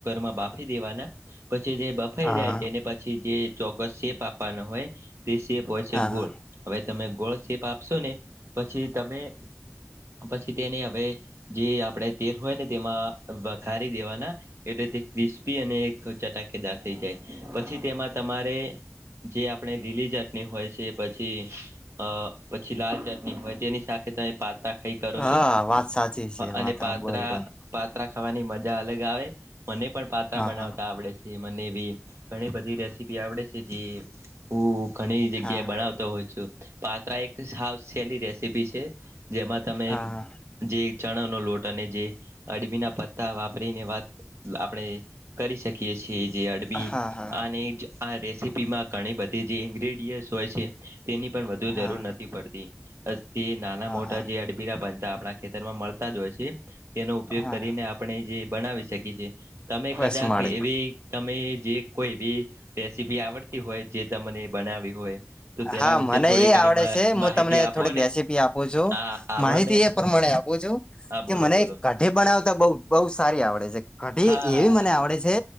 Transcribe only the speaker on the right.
માં બાફી દેવાના પછી જે બફાઈ
જાય તેને. પછી જે ચોક્કસ શેપ આપવાના હોય તે શેપ હોય છે
ગોળ. હવે તમે ગોળ શેપ આપશો ને પછી તમે પછી તેને હવે. જે આપણેે તેલ હોય ને તેમાં વઘારી દેવાના. એટલે તે ક્રિસ્પી અને એક ચટાકેદાર થઈ જાય પછી તેમાં તમારે જે આપ આપણે લીલી ચટણી હોય છે પછી અ પછી લાલ ચટણી. હોય તેની સાથે તમે પાત્રા ખાઈ કરો
છો
અને
પાત્રા.
પાત્રા ખાવાની મજા અલગ આવે મને પણ પાત્રા
બનાવતા
આવડે છે. જે મને એવી ઘણી બધી રેસીપી આવડે છે જે. હું ઘણી જગ્યાએ
બનાવતો હોઉ છું પાત્રા એક સાવ સેલી રેસીપી છે. જેમાં તમે.
જે ચણાનો લોટ અને જે અડબીના પત્તા વાપરીને વાત આપણે. કરી શકીએ છીએ જે અડબી
અને જ. આ રેસીપીમાં ઘણી બધી જે ઇન્ગ્રેડિયન્ટ્સ હોય છે તેની પણ વધુ
જરૂર નથી પડતી. થી નાના
મોટા
જે અડબીના પતા આપણા ખેતરમાં મળતા જ હોય છે તેનો ઉપયોગ
કરીને આપણે જે બનાવી શકીએ છીએ તમે
કદાચ
એવી. તમે જે કોઈ બી રેસીપી આવડતી હોય જે તમને બનાવી હોય. તો તેના
વિશે
થોડી
ઘણી
માહિતી
આપો
ને
આ આલો
ને
હા બોલો
બોલો
હા